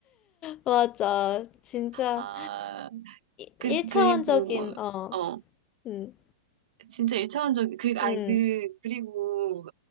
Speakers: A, on the left; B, on the right.
A: 맞아. 진짜
B: 아, 그,
A: 1차원적인,
B: 그리고, 뭐,
A: 어,
B: 어.
A: 음,
B: 진짜 일차원적이 그리고 아니
A: 음,
B: 그 그리고